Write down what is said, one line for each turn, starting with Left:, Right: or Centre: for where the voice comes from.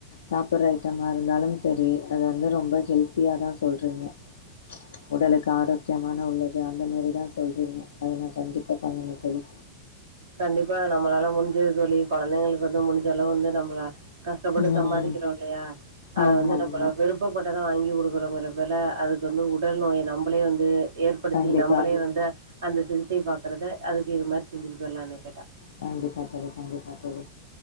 Left: சாப்ப்ற ஐட்டமா இருந்தாலும் சரி அது வந்து ரொம்ப பட் ஹெல்த்தியா தா சொல்றீங்க உடலுக்கு ஆரோக்கியமான உள்ளது அந்த மாரிதா சொல்றீங்க அத நா கண்டிப்பா பண்ணனு தோழி
Right: கண்டிப்பா நம்மளால முடிஞ்சது தோழி கொழந்தைங்களுக்கு வந்து முடிஞ்சளவு வந்து நம்பள கஷ்டப்பட்டு
Left: ம்
Right: சம்பாரிக்கிறோ இல்லையா அத
Left: ஆமா
Right: வந்து நம்மள
Left: ஆமா
Right: விருப் ப்பப்பட்டத வாங்கி குடுக்குறோங்கிறதுக்கு பதிலா அதுக்கு வந்து உடல் நோய நம்பளே வந்து ஏற்படுத்தி
Left: கண்டிப்பா
Right: நம்பளே வந்து அந்த சிகிச்சை பாக்குறத அதுக்கு இது மாரி செஞ்சுட்டு போயிற்லா என்ன கேட்டா
Left: கண்டிப்பா தோழி கண்டிப்பா தோழி